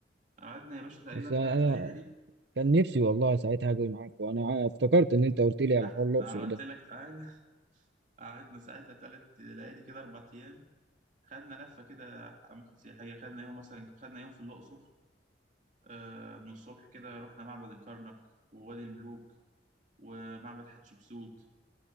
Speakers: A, on the right; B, on the right.
A: قعدنا يا باشا تقريبا
B: بس انا
A: تلات ليالي
B: كان نفسي والله ساعتها اجي معاك وانا افتكرت ان انت قلت لي على
A: أحسن
B: حوار الاقصر
A: أنا قلت
B: ده
A: لك تعالى <laughs> قعدنا ساعتها تلات ليالي كده أربع أيام خدنا لفة كده أماكن سياحية خدنا يوم مثلا خدنا يوم في الأقصر آه من الصبح كده رحنا معبد الكرنك ووادي الملوك ومعبد حتشبسوت